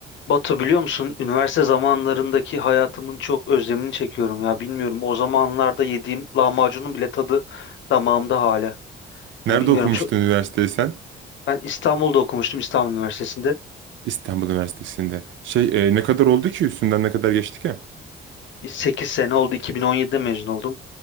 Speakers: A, on the left (about 70°); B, on the right (about 70°).
A: Batu biliyor musun? Üniversite zamanlarındaki hayatımın çok özlemini çekiyorum ya. Bilmiyorum o zamanlarda yediğim lahmacunun bile tadı damağımda hala.
B: Nerede
A: Yani bilmiyorum
B: okumuştun
A: çok...
B: üniversiteyi sen?
A: Ben İstanbul'da okumuştum İstanbul Üniversitesi'nde.
B: İstanbul Üniversitesi'nde. Şey e, ne kadar oldu ki üstünden ne kadar geçti ki?
A: sekiz sene oldu 2017'de mezun oldum.